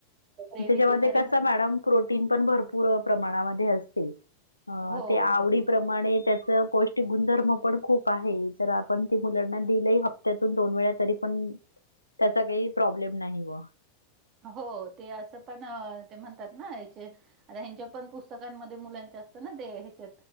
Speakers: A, on the right (about 35°); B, on the left (about 85°).
A: ग्रेव्हीच
B: त्याच्यामध्ये
A: जरी
B: कस
A: म्हण
B: मॅडम प्रोटीन पण भरपूर प्रमाणामध्ये असते
A: हो.
B: ते आवडी प्रमाणे त्याच पौष्टिक गुणधर्म पण खूप आहे तर आपण ते मुलांना दिलं ह त्यातून दोन वेळा तरी पण त्याचा काही प्रॉब्लेम नाही व
A: हो ते असं पण ते म्हण. हचे ह्यांच्या पण पुस्तकांमध्ये मुलांचे असत ना ते ह्याच्यात.